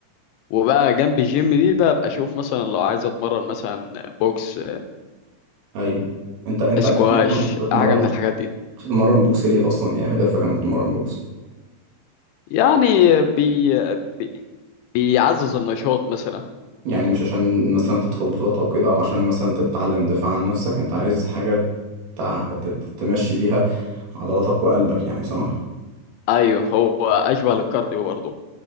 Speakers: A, on the left (about 80°); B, on the right (about 60°).
A: وبقى جنب الجيم دي ده ابقى اشوف مثلا لو عايز اتمرن مثلا بوكس
B: أيوه انت انت
A: سكواش
B: عايز تتمرن تتمرن
A: حاجة من الحاجات دي
B: تتمرن بوكس ليه أصلا ايه أهدافك إنك تتمرن بوكس
A: يعني بي... بي... بيعزز النشاط مثلا
B: يعني مش عشان مثلا تدخل بطولات أو كده أو عشان مثلا تتعلم الدفاع عن نفسك انت عايز حاجة تع... ت- تمشي بيها عضلاتك وقلبك يعني صح؟
A: ايوه هو اشبه للكارديو برضه